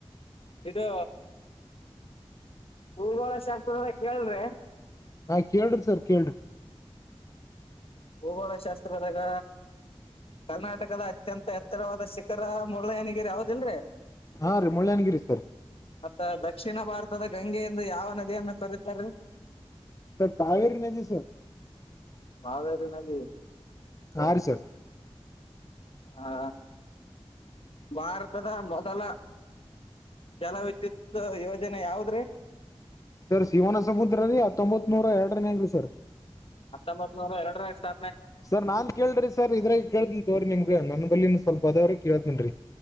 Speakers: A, on the left; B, on the left.
A: ಇದು ಊರ್ವಾಳ ಶಾಸ್ತ್ರ ಕೇಳ್ರೆ
B: ಹಾ ಕೇಳ್ರಿ ಸರ್ ಕೇಳ್ರಿ
A: ಭೂಗೋಳ ಶಾಸ್ತ್ರದಾಗ ಕರ್ನಾಟಕದ ಅತ್ಯಂತ ಉತ್ತರವಾದ ಶಿಖರ ಮುರಳಯ್ಯನಿಗೆರಿ ಯಾವದಲ್ರರಿ
B: ಹಾ ರೀ ಮುಳ್ಳಯನಗಿರಿ ಸರ್
A: ಮತ್ತ ದಕ್ಷಿಣ ಭಾರತದ ಗಂಗೆಯಿಂದ ಯಾವ ನದಿಯನ್ನ ತೊರೀತಾರೆ
B: ಸರ್ ಕಾವೇರಿ ನದ ಸರ್
A: ಕಾವೇರಿ ನದಿ
B: ಆರು ಸರ್
A: ಹಾ ಭಾರತದ ಮೊದಲ ಜಲ ವಿದ್ಯುತ್ ಯೋಜನೆ ಯಾವದ್ರೀ
B: ಸರ್ ಶಿವನ ಸಮುದ್ರ ರೀ ಹತ್ತೊಂಬತ್ ನೂರ ಎರಡನ ಅಂಗ್ರೀ ಸರ್
A: ಹತ್ತೊಂಬತ್ ನೂರ ಎರಡ ಸಾ
B: ಸರ್ ನಾನ್ ಕೇೇಳ್ರಿ ಸರ್ ಇದ್ರ ಕೇಳ್ತನಿ ತವ್ರಿ ನಿಮ್ಗ ನನ್ ಬಲ್ಲಿ ಸ್ವಲ್ಪ ಅದೇವ್ರ ಕೇಳ್ತನ್ರಿ